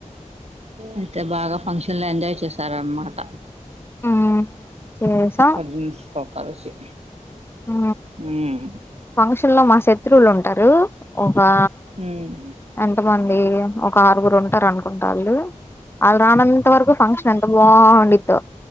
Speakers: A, on the right (about 55°); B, on the left (about 15°).
A: అయితే బాగ ఫంక్షన్ లో ఎంజాయ్ చేశారన్మాట
B: ఉమ్ చేసాం
A: కజిన్స్ తో కలిసి
B: ఆ
A: ఉమ్
B: ఫంక్షన్ లో మా శత్రువులు ఉంటరూ ఒకా
A: ఉమ్,
B: అన్ తమందీ ఒక ఆరుగురు ఉంటారు అను కుంటాల్లు అల్లూ రానం త వర్కు ఫంక్షన్ ఎంత బావుండిద్దో